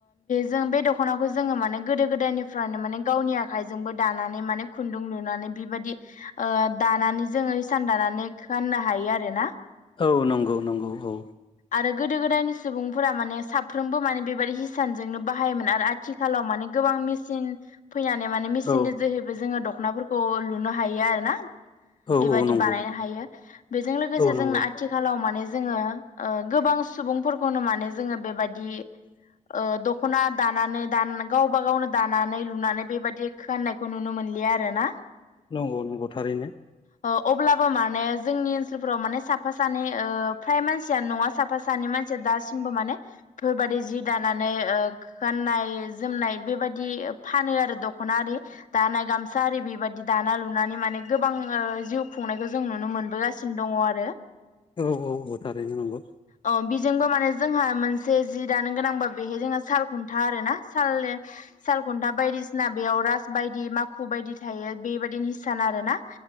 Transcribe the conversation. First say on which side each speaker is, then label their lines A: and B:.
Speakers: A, on the left (about 65°); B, on the left (about 35°).
A: जों बे दख'नाखौ जोङो माने गोदो गोदायनिफ्रायनो माने गावनि आखाइजोंबो दानानै माने खुन्दुं लुनानै बेबायदि ओ दानानै जोङो इसान दानानै फाननो हायो आरो ना।
B: औ नंगौ नंगौ औ।
A: आरो गोदो गोदायनि सुबुंफोरा माने साफ्रोमबो माने बेबायदि हिसानजोंनो बाहायोमोन आरो आथिखालाव माने गोबां मेसिन। फैनानै माने मेसिननि
B: औ
A: जोहैबो जोङो दख'नाफोरखौ लुनो हायो आरो ना।
B: औ
A: बेबायाददि
B: औ नंगौ
A: बानायनो हायो बेजों लोगोसे
B: औ नंगौ
A: जों आथिखालाव माने जोङो ओ गोबां सुबुंफोरखौनो माने जोङो बेबायाददि ओ दख'ना दानानै दान गावबा गावनो दानानै लुनानै बेबायदि खाननायखौ नुनो मोनो इयो आरोना।
B: नंगौ नंगौ थारैनो।
A: अ अब्लाबो माने जोंनि ओनसोलफोराव माने साफा सानै फ्राय मानसि सियान नङा साफा सानैानि मानसिया दासिमबो माने बेफोरबायदि जि दानानै गाननाय जोमनाय बेबायदि फानो आरो दख'ना आरि दानाय गामसा आरि बेबायदि दाना लुनानै माने। माने गोबां ओ जिउ खुंनायखौ जों नुनो मोनबोगासिनो दङ आरो।
B: औ औ। थारैनो नंगौ
A: अ बेजोंबो माने जोंहा मोनसे जि दानो गोनांबा बेहाय जोंहा साल खुन्था आरो ना साल सालखुन्था बायदिसिना बेयाव राज बायदि माख खु बायदि थायो बेबायदिनो हिसान आरोना